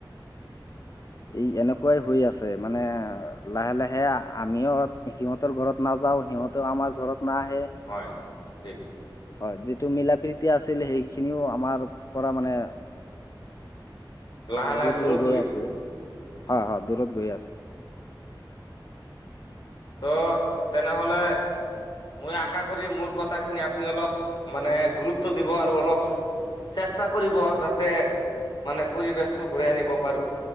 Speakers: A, on the left (about 45°); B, on the left (about 65°).
A: এই এনেকুৱাই হৈ আছে মানে লাহে লাহে আমিও সিহঁতৰ ঘৰত নায যাও সিহঁতেও আমাৰ ঘৰত নাহে
B: হয়, ঠিক
A: হয় যিটো মিলা প্ৰীতি আছিল সেইখিনিও আমাৰ পৰা মানে
B: লাহে লাহে
A: দূৰ
B: দূৰত
A: লৈ গৈ আছে
B: উম,
A: হা হা দূৰত গৈ আছে।
B: তো তেনেহ'লে মই আশা কৰি মোৰ কথাখিনি আপুনি অলপ মানে গুৰুত্ব দিব আৰু অলপ চেষ্টা কৰিব যাতে মানে পৰিবেশতটো ঘূৰাই আনিব পাৰো।